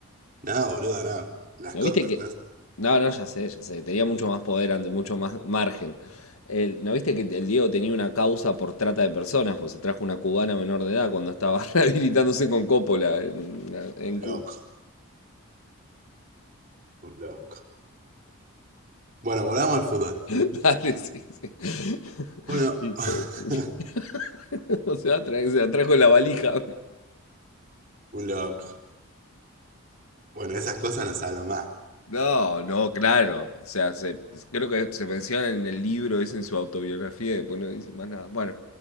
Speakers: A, on the right (about 40°); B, on the left (about 85°).
A: No, boludo, no. Las
B: ¿No
A: co-
B: viste que.?
A: no,
B: No, no, ya sé, ya sé. Tenía mucho más poder antes, mucho más <laughs> margen. El- ¿no viste que el Diego tenía una causa por trata de personas? Pues se trajo una cubana menor de edad cuando estaba <laughs> rehabilitándose con Coppola en, en
A: un
B: Cuba.
A: loco, un loco. Bueno, volvamos al fútbol.
B: <laughs> Dale, sí, sí. <laughs>
A: Uno.
B: Hijo
A: <laughs>
B: de puta. <laughs> O sea, tra- se la trajo en la valija.
A: Un loco. Bueno, de esas cosas no se hablan más.
B: No, no, claro. O sea, se- creo que se menciona en el libro, es en su autobiografía, y después no dice más nada. Bueno,